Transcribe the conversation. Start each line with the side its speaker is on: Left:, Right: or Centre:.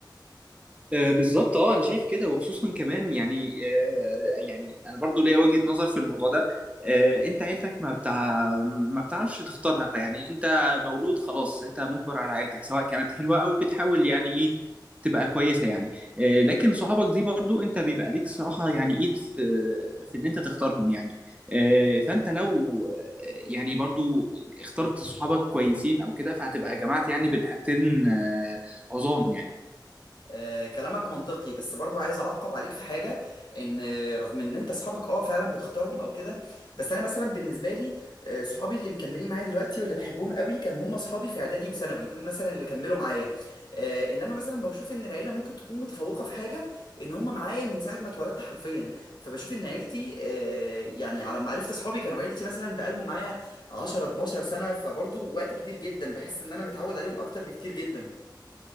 Right: آه، بالظبط اه انا شايف كده وخصوصا كمان يعني آه، يعني انا برضو ليا وجهة نظر في الموضوع ده آه، انت عيلتك ما بتاع ما بتعرفش تختارها يعني انت مولود خلاص انت مجبر على عيلتك سواء كانت حلوة او بتحاول يعني ايه تبقى كويسة يعني آه، لكن صحابك دي برضو انت بيبقى ليك صراحة يعني ايد في في ان انت تختارهم يعني آه، فانت لو آه، يعني برضو اخترت صحابك كويسين او كده فهتبقى جمعت يعني بين حاجتين آه، عظام يعني
Left: آه، كلامك منطقي بس برضو عايز اعقب عليك في حاجه ان آه، رغم ان انت اصحابك اه فعلا بتختارهم او كده بس انا مثلا بالنسبه لي آه، صحابي اللي مكملين معايا دلوقتي واللي بحبهم قوي كانوا هم اصحابي في اعدادي وثانوي دول مثلا اللي كملوا معايا آه، انما مثلا بشوف ان العيله ممكن تكون متفوقه في حاجه ان هم معايا من ساعه ما اتولدت حرفيا فبشوف ان عيلتي آه، يعني على ما عرفت اصحابي كانوا عيلتي مثلا بقالهم معايا 10 12 سنه فبرضو وقت كبير جدا بحس ان انا متعود عليهم اكتر بكتير جدا